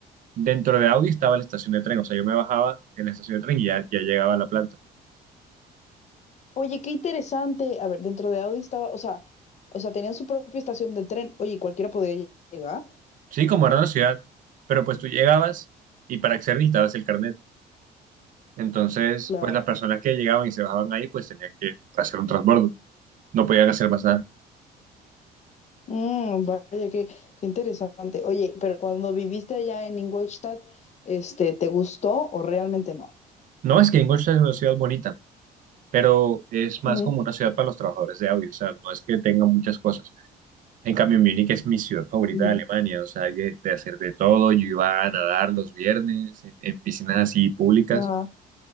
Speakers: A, on the right; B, on the left.
A: dentro de Audi estaba la estación de tren. O sea, yo me bajaba en la estación de tren y ya, ya llegaba a la planta.
B: Oye, qué interesante. A ver, dentro de Audi estaba, o sea, o sea, tenían su propia estación de tren. Oye, ¿y cualquiera podía lle- llegar,
A: Sí, como era una ciudad, pero pues tú llegabas y para acceder necesitabas el carnet. Entonces,
B: claro.
A: pues las personas que llegaban y se bajaban ahí, pues tenían que hacer un transbordo. No podían hacer más nada.
B: Mm, vaya, qué, qué interesante. Oye, pero cuando viviste allá en Ingolstadt, este, ¿te gustó o realmente no?
A: No es que Ingolstadt es una ciudad bonita, pero es más
B: Ujú.
A: como una ciudad para los trabajadores de audio. O sea, no es que tenga muchas cosas. En cambio, Múnich es mi ciudad favorita
B: Ujú.
A: de Alemania. O sea, hay de, de hacer de todo. Yo iba a nadar los viernes en en piscinas así públicas.
B: Ajá,